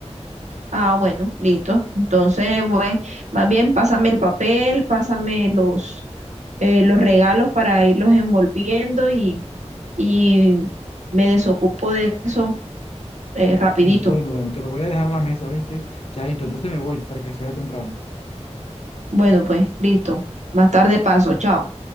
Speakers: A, on the right; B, on the left.
A: Ah, bueno, listo. Entonces, pues, más bien pásame el papel, pásame los, eh, los regalos para irlos envolviendo y, y me desocupo de eso eh, rapidito.
B: Bueno, bueno, te lo voy a dejar en la mesa, ¿viste? Chaito, entonces me voy para que sea temprano.
A: Bueno, pues, listo. Más tarde paso, chao.